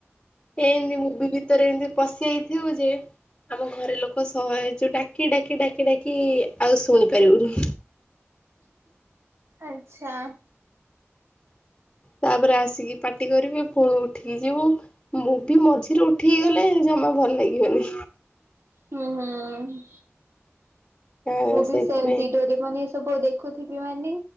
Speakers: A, on the left; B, on the right.
A: ଏ ଏମତି ମୁ ବି ଭିତରେ ଏମତି ପଶିଯାଇଥିବୁ ଯେ ଆମ ଘରେ ଲୋକ ସହ ଯ ଡାକି ଡାକି ଡାକି ଡାକି ଆଉ ଶୁଣି ପାରିବୁନି।
B: ଆଚ୍ଛା। ହ
A: ତାପରେ ଆସିକି ପାଟି କରିବେ ପୁଣି ଉଠିକି ଯିବୁ ମୁଭି ମଝିରେ ଉଠିକି ଗଲେ ଜମା ଭଲ ଲାଗିବନି।
B: ହୁଁ ହୁଁ।
A: ହଁ
B: ମୁଁ ବି
A: ସେଇଥିପାଇଁ।
B: ସେଇ ୱାନିଙ୍ଗ।